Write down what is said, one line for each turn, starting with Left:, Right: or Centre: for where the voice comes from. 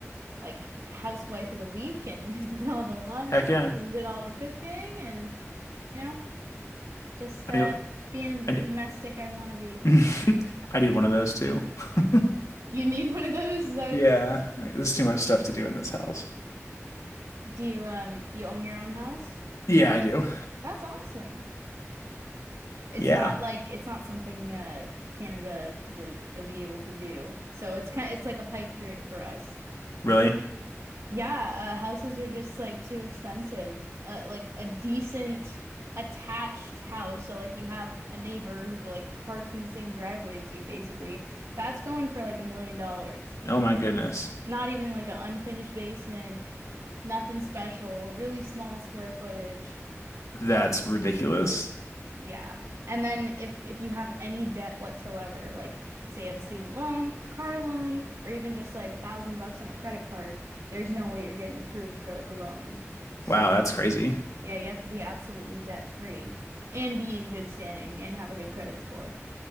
Right: like housewife of the week and <laughs> did all the laundry
Left: Heck yeah.
Right: and did all the cooking and you know just uh
Left: I need,
Right: being
Left: I
Right: the domestic I want to be.
Left: need, <laughs> I need one of those too. <laughs>
Right: You need one of those? Is that what
Left: Yeah,
Right: you said?
Left: there's too much stuff to do in this house.
Right: Do you um you own your own house?
Left: Yeah, I do.
Right: That's awesome. It's
Left: Yeah,
Right: not like it's not something uh Canada you'll you'll be able to do. So it's kind it's like a pipe dream for us.
Left: really?
Right: Yeah, uh, houses are just like too expensive. Uh, like a decent attached house, so like you have a neighbor who like parks in the same driveway as you, basically. That's going for like a million dollars. And
Left: Oh
Right: just
Left: my goodness.
Right: Not even like an unfinished basement, nothing special, really small square footage.
Left: That's ridiculous.
Right: Yeah. And then if if you have any debt whatsoever, like say you have a student loan, car loan, or even just like a thousand bucks on a credit card, there's no way you're getting approved for like a loan. So
Left: Wow, that's crazy.
Right: Yeah, you have to be absolutely debt free and be in good standing and have a good credit score.